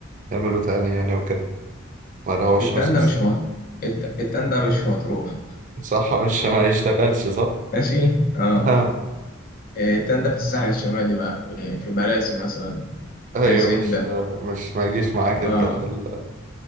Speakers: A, on the right (about 40°); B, on the left (about 45°).
A: يعملوا تاني يعني وكده ولا هو الشمس
B: التندة
A: بس
B: مش في مطروح الت- التندة مش في مطروح
A: صح مش ما يشتغلش صح
B: ماشي اه
A: <laughs>
B: إيه، التندة في الساحل الشمالي بقى في في مراسي مثلا
A: ايوه
B: هيسندا
A: مش مش ما يجيش معاك
B: اه
A: انت في ال